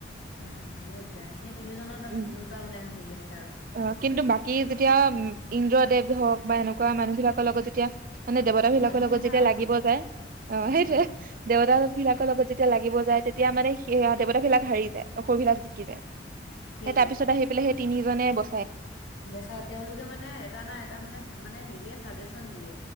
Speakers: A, on the left; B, on the right.
A: উম উম বহুত জ্ঞানী সেই তিনিজনৰ তাত
B: উম
A: তিনিটা মানে হেৰি আছে আৰু।
B: অ কিন্তু বাকী যেতিয়া ইন্দ্ৰদেৱ হওক বা এনেকুৱা মানুহ বিলাকৰ লগত যেতিয়া মানে দেৱতাবিলাকৰ
A: মানুহ
B: লগত
A: নহয়
B: যেতিয়া
A: আৰু
B: লাগিব যায় অ সেইটোৱে
A: উম, উম,
B: দেৱতাবিলাকৰ লগত যেতিয়া লাগিব যায় তেতিয়া মানে সে দেৱতাবিলাক হাৰি যায় অসুৰবিলাক জিকি যায়।
A: সেইটোৱে
B: সেই তাৰ পিছত আহি পেলাই সেই তিনি মানে
A: বচা তেওঁলোকে মানে এটা নাই এটা মানে মানে হেৰি। দিয়ে চাজে্যন দিয়ে।